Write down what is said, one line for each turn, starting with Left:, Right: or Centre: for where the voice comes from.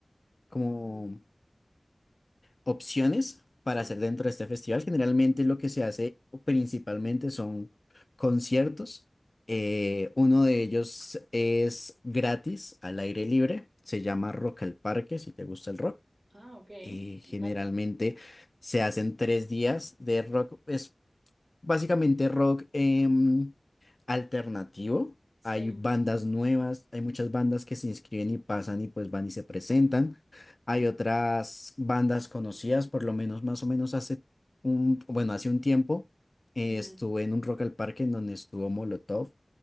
Left: como
Right: ujú,
Left: opciones para
Right: sí.
Left: hacer dentro de este festival. Generalmente lo que se hace principalmente son conciertos. Eh, uno de ellos es gratis, al aire libre. Se llama Rock al Parque, si te gusta el rock.
Right: Ah, ok,
Left: Eh,
Right: me
Left: generalmente
Right: encanta.
Left: se hacen tres días de rock básicamente rock em, alternativo.
Right: Sí.
Left: Hay bandas nuevas, hay muchas bandas que se inscriben y pasan y pues van y se presentan. Hay otras bandas conocidas, por lo menos más o menos hace un, bueno, hace un tiempo eh,
Right: ujú.
Left: estuve en un Rock al Parque en donde estuvo Molotov.